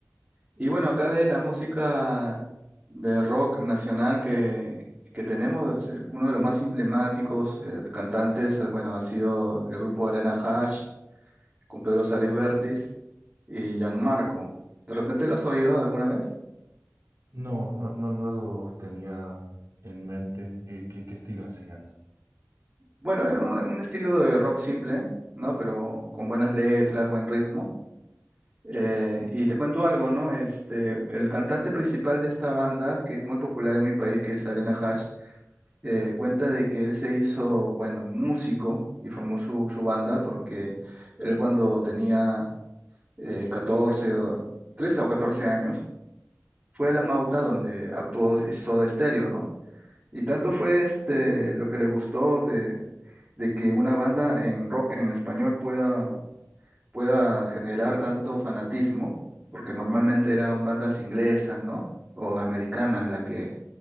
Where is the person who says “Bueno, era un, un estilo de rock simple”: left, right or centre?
Right